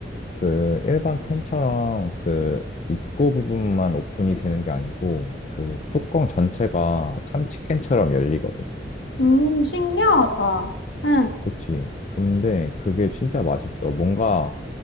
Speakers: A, on the left; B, on the left.
A: 그 일반 캔처럼 그 입구 부분만 오픈이 되는 게 아니고 그 뚜껑 전체가 참치캔처럼 열리거든.
B: 음, 신기하다. 응,
A: 그치. 근데 그게 진짜 맛있어. 뭔가